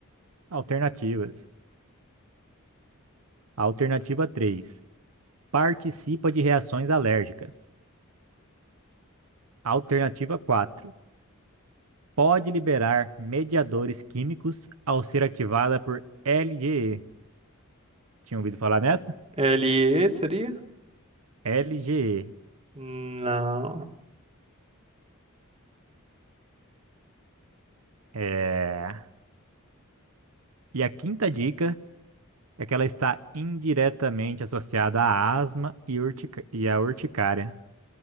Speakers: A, on the right; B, on the right.
A: alternativas. Alternativa 3: Participa de reações alérgicas. Alternativa quatro Pode liberar mediadores químicos ao ser ativada por LGE. Tinha ouvido falar nessa?
B: L E seria?
A: LGE.
B: Não.
A: É... E a quinta dica é que ela está indiretamente associada à asma e, urtica... e à urticária.